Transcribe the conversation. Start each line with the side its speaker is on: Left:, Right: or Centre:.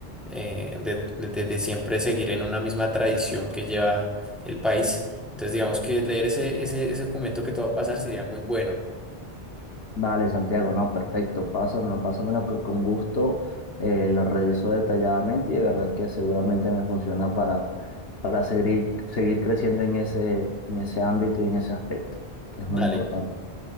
Centre: eh, de, de- de siempre seguir en una misma tradición que lleva el país. Entonces, digamos que leer ese, ese, ese documento que te va a pasar sería muy bueno.
Left: Vale, Santiago, no, perfecto, pásamelo, pásamelo que con gusto eh, lo reviso detalladamente y de verdad que seguramente me funciona para, para seguir, seguir creciendo en ese, en ese ámbito y en ese aspecto, que es
Centre: Dale,
Left: muy importante.